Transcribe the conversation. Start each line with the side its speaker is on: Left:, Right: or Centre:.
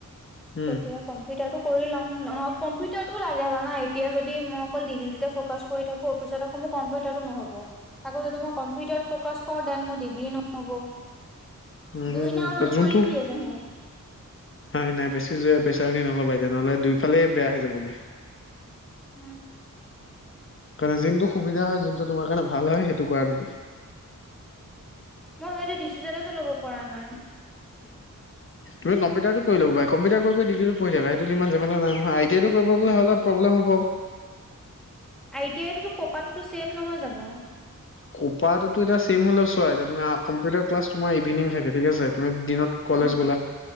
Left: উম,
Centre: তেতিয়া কম্পিউটাৰটো। কৰি ল'ম নহয় কম্পিউটাৰটো লাগে জানা এতিয়া যদি মই অকল ডিগ্ৰীটোতে ফ'কাচ কৰি থাকোঁ অফিচত অকণমান। কম্পিউটাৰটো নহ'ব আকৌ যদি মই কম্পিউটাৰ ফ'কাছ কৰোঁ ডেন মোৰ ডিগ্ৰী নহ'ব।
Left: উম,
Centre: দুই নাও
Left: ত
Centre: দুই
Left: যোনটো
Centre: ভৰি হৈ আছে মোৰ।
Left: নাই নাই বেছি জোৰে প্ৰেছাৰ দি নলবা এতিয়া নহ'লে দুইফালে বেয়া হৈ যাবগে।
Centre: উম্।
Left: কাৰণে যোনটো টো সুবিধা হয় যোনটো তোমাৰ কাৰণে ভাল হয় সেইটো কৰা তুমি।
Centre: মই সেইটো ডিচিছনেতো ল'ব পৰা নাই।
Left: তুমি কম্পিউটাৰটো। কৰি লব কম্পউটাৰটো কৰি ডিগ্ৰীটো কৰি থাকিব পাৰে সেইটো টো ইমান জেমেলা নাই নহয় আই টি আই টো কৰিবলে গলে হলে প্ৰব্লেম হব। হয়।
Centre: আই টি আইটোতো কপাটোতো ছেম নহয় জানো।
Left: কোপাতুটো এতিয়া ছেম হ'লটো এতিয়া চোৱা তুমি কম্পিউটাৰ ক্লাছ তোমাৰ ইভিনিং থাকে ঠিক আছে। তুমি দিনত
Centre: উম,
Left: কলেজ গ'লা